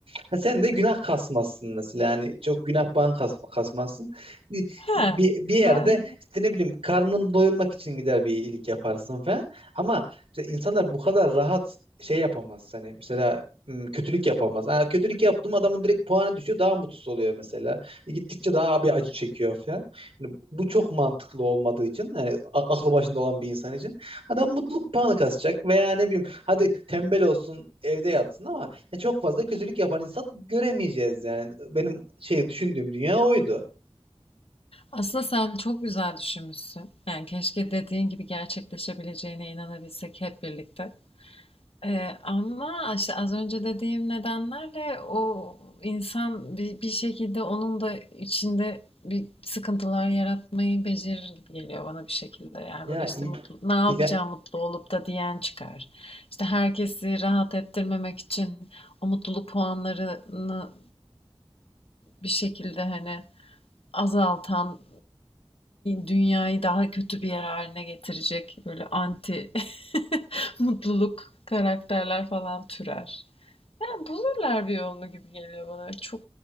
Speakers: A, on the right; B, on the left.
A: Ha, sen de günah kasmazsın mesela. Yani çok günah bağın kas- kasmazsın. Bir,
B: He,
A: bir bir yerde
B: ben
A: işte ne bileyim karnını doyurmak için gider bir iyilik yaparsın falan. Ama mesela insanlar bu kadar rahat şey yapamaz. Hani mesela m, kötülük yapamaz. Ha, kötülük yaptım adamın direkt puanı düşüyor daha mutsuz oluyor mesela. E, gittikçe daha bir acı çekiyor falan. Yani bu çok mantıklı olmadığı için yani a- aklı başında olan bir insan için adam mutluluk puanı kasacak veya ne bileyim hadi tembel olsun evde yatsın ama ya çok fazla kötülük yapan insan göremeyeceğiz yani. Benim şey düşündüğüm dünya oydu.
B: aslında sen çok güzel düşünmüşsün. Yani keşke dediğin gibi gerçekleşebileceğine inanabilsek hep birlikte. Eee, ama işte az önce dediğim nedenlerle o insan bir bir şekilde onun da içinde bir sıkıntılar yaratmayı becerir gibi geliyor bana bir şekilde. Yani
A: Ya
B: böyle işte
A: i-
B: mutlu, ne yapacağım
A: ile
B: mutlu olup da diyen çıkar. İşte herkesi rahat ettirmemek için o mutluluk puanlarını bir şekilde hani azaltan dünyayı daha kötü bir yer haline getirecek böyle anti <laughs> Mutluluk, karakterler falan türer. Yani bulurlar bir yolunu gibi geliyor bana. Çok